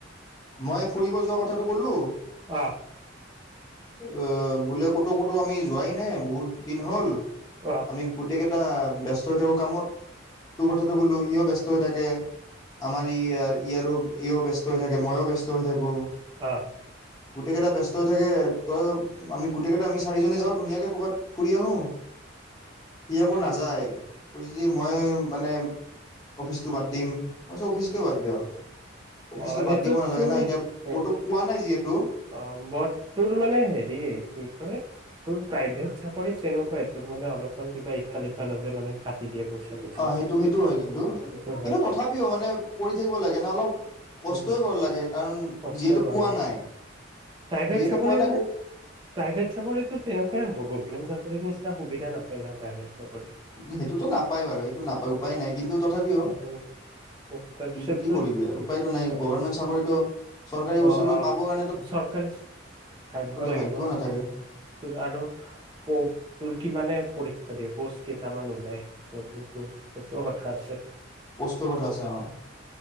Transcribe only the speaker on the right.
অ'
অ অ
অ'।
অ সেইটো
তোৰ
হেৰি
অ' বৰ তোৰ মানে হেৰি কি কয়? তোৰ প্ৰাইভেট চাকৰিত তেনেকুৱাই, তোৰ মানে অলপমান কিবা ইফাল সিফাল হলে মানে কাটি দিয়ে। পইচা চইচা
সেইটো হয়
উম
কষ্ট
কৰ
প্ৰাইভেট
চাকৰি
মানে?
প্ৰাইভেট চাকৰিতো তেনেকুৱাই হব। গভমেন্ত চ চাকৰিৰ নিচিনা সুবিধা নাপায় ন, প্ৰাইভেট চাকৰিত।
উম,
উপায় নাই। তাৰপিছত
তোৰ
অ'
তোৰ
অ'
চৰকাৰী ভাগ্য় লাগিব
তোৰ আৰু তোৰ কি মানে পৰীক্ষা দিয়ে প'ষ্ট কেইটামান ওলাই ত' সেইটো সেইটোও কথা আছে